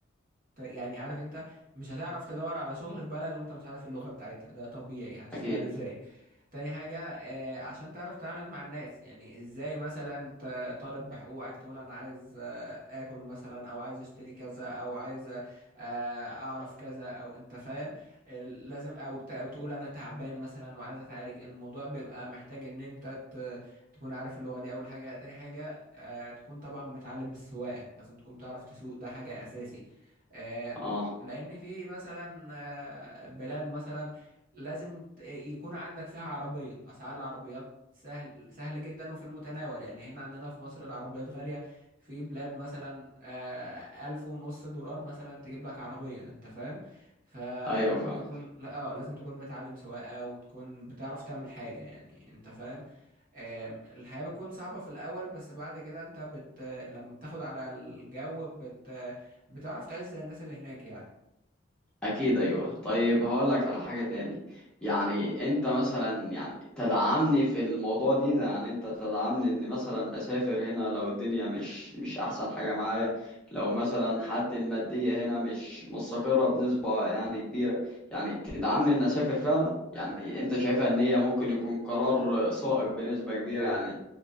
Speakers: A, on the right (about 45°); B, in the centre.
A: ت... يعني عارف انت مش هتعرف تدور على شغل في بلد وانت مش عارف اللغة بتاعتها ده طبيعي هتشتغل
B: اكيد
A: ازاي؟ تاني حاجة آه، عشان تعرف تتعامل مع الناس يعني ازاي مثلا انت طالب بحقوقك تقول انا عايز آه، اكل مثلا او عايز اشتري كذا او عايز آه، اعرف كذا او انت فاهم آه، لازم او ت- او تقول انا تعبان مثلا وعايز اتعالج الموضوع بيبقى محتاج ان انت ت- تكون عارف اللغة دي اول حاجة تاني حاجة آه، تكون طبعا متعلم السواقة لازم تكون تعرف تسوق ده حاجة اساسي آه،
B: اه
A: لان في مثلا آه، بلاد مثلا لازم ت- يكون عندك فيها عربية اسعار العربيات سهل سهل جدا وفي المتناول يعني هنا عندنا في مصر العربيات غالية في بلاد مثلا آه، ألف ونص دولار مثلا تجيب لك عربية أنت فاهم فلازم
B: ايوه فاهمك
A: تكون لا اه لازم تكون متعلم سواقة وتكون بتعرف تعمل حاجة يعني أنت فاهم آم، الحياة بتكون صعبة في الأول بس بعد كده أنت بت لما بتاخد على الجو بت بتعرف تعيش زي الناس اللي هناك يعني
B: اكيد ايوه طيب هقول لك على حاجه تاني يعني انت مثلا يعني تدعمني في الموضوع دي ده يعني انت تدعمني ان مثلا اسافر هنا لو الدنيا مش مش احسن حاجه معايا لو مثلا حالتي الماديه هنا مش مستقره بنسبه يعني كبيره يعني تدعمني ان اسافر فعلا يعني انت شايفها ان هي ممكن يكون قرار صائب بنسبه كبيره يعني